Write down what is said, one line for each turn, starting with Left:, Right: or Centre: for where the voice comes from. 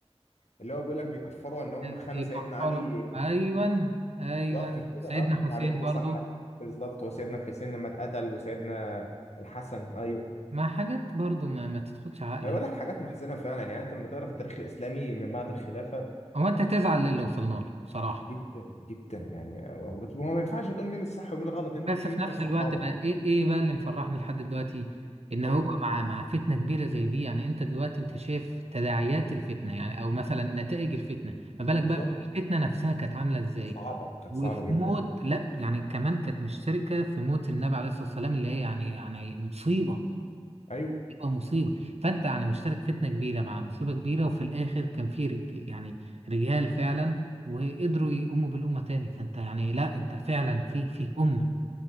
Left: اللي هو بيقول لك بيكفروا ان هم
Right: <laughs>
Left: خانوا
Right: في
Left: سيدنا
Right: كفاره
Left: علي
Right: ايوه ايوه
Left: بالظبط مش كده
Right: سيدنا
Left: اه معلوماتي
Right: حسين برضو
Left: صح بالظبط وسيدنا الحسين لما اتقتل وسيدنا الحسن ايوه
Right: مع حاجات برضو ما, ما تدخلش عقلي
Left: انا بقول لك حاجات محزنه فعلا يعني انت لما تقرا في التاريخ الاسلامي من بعد الخلافه
Right: هو انت تزعل للي وصلنا له صراحه
Left: جدا جدا يعني هو ما ينفعش تقول مين الصح ومين الغلط لان
Right: بس
Left: دول كلهم
Right: في نفس
Left: كانوا صحابه
Right: الوقت بقى ايه ايه بقى اللي مفرحني لحد دلوقتي ان هو
Left: ايه
Right: مع مع فتنه كبيره زي دي يعني انت دلوقتي انت شايف تداعيات الفتنه يعني او مثلا نتائج الفتنه ما بالك
Left: بالظبط
Right: بقى الفتنه نفسها كانت عامله ازاي
Left: كانت صعبة كانت
Right: وفي
Left: صعبة جدا
Right: موت لا يعني كمان كانت مشتركة في موت النبي عليه الصلاة والسلام اللي هي يعني يعني مصيبة
Left: أيوه
Right: مصيبة مصيبة فأنت يعني مشترك فتنة كبيرة مع مصيبة كبيرة وفي الآخر كان في رج... يعني رجال فعلا وقدروا يقوموا بالأمة تاني فأنت يعني لا أنت فعلا في في أمة